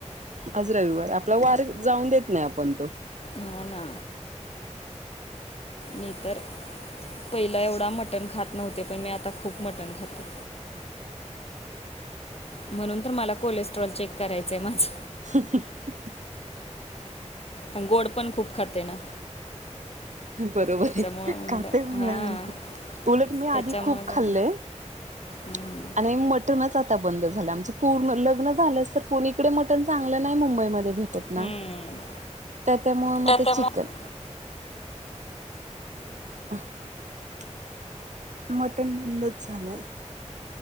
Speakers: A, on the right; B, on the left.
A: आज रविवार आहे. आपला वार जाऊन देत नाही आपण तो.
B: हा.. ना. मी तर. पहिलं एवढा मटण खात नव्हते. पण मी आता खूप मटण खाते. म्हणून तर, मला कोलेस्ट्रॉल चेक करायचंय माझं.
A: <unintelligible>
B: आणि गोड पण खूप खाते ना..
A: बरोबर
B: त्याच्यामुळं
A: आहे,
B: म्हणलं
A: खाते म्हणल्यानंतर.
B: हां
A: उलट मी
B: त्याच्यामुळं
A: आधी खूप
B: बोललं
A: खाल्लंय.
B: हम्म,
A: <unintelligible> आणि मटणच आता बंद झालंआमचं पूर्ण. लग्न झालंच तर, पूणे इकडे मटण चांगलं नाही मुंबईमध्ये भेट.... त ना.
B: हम्म.
A: त्या- त्यामुळे मग
B: त्याच्यामुळे
A: ते चिकन. <inaudible> मटण बंदच झालंय.